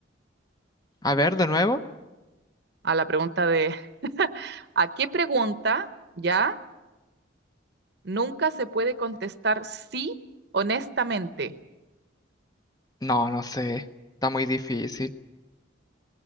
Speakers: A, on the left; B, on the right.
A: A ver, de nuevo.
B: A la pregunta de, ¿a qué pregunta, ya? Nunca se puede contestar sí honestamente.
A: No, no sé. Está muy difícil.